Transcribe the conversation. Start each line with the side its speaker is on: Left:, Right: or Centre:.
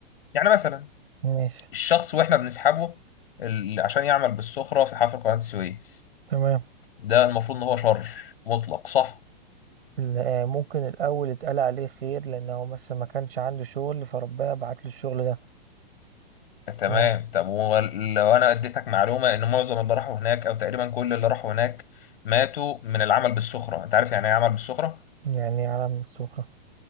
Left: يعني مثلا
Right: ماشي
Left: الشخص واحنا بنسحبه ال- عشان يعمل بالسخرة في حفر قناة السويس
Right: تمام
Left: ده المفروض ان هو شر مطلق صح
Right: لا، ممكن الأول يتقال عليه خير لأنه مثلا ما كانش عنده شغل فربنا بعت له الشغل ده
Left: تمام
Right: آه،
Left: طب ولو انا اديتك معلومة ان معظم اللي راحوا هناك او تقريبا كل اللي راحوا هناك ماتوا من العمل بالسخرة انت عارف يعني ايه عمل بالسخرة
Right: يعني علم من السفرة